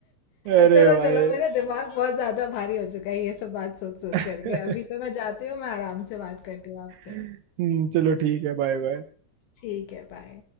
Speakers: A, on the right; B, on the left.
A: अरे
B: <laughs> चलो
A: भाई
B: चलो मेरा दिमाग बहुत ज्यादा भारी हो चुका है ये सब बात सोच सोच
A: <laughs>
B: करके अभी तो मैं जाती हूँ मैं आराम से बात करती हूँ आपसे
A: हम्म, चलो ठीक है Bye bye
B: ठीक है बाय